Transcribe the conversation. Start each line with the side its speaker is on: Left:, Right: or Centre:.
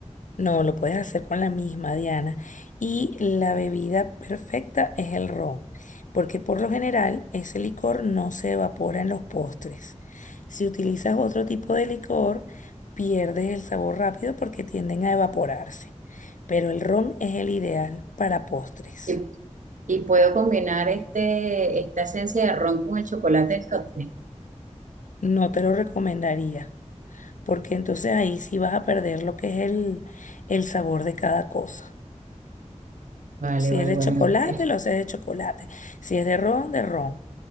Left: No, lo puedes hacer con la misma, Diana. Y la bebida perfecta es el ron, porque por lo general ese licor no se evapora en los postres. Si utilizas otro tipo de licor, pierdes el sabor rápido porque tienden a evaporarse. Pero el ron es el ideal para postres.
Right: Y, y puedo combinar este, esta esencia de ron con el chocolate del cóctel.
Left: No te lo recomendaría, porque entonces ahí sí vas a perder lo que es el, el sabor de cada cosa.
Right: Vale,
Left: Si
Right: vale,
Left: es de
Right: bueno.
Left: chocolate,
Right: eh,
Left: lo sé de chocolate. Si es de ron, de ron.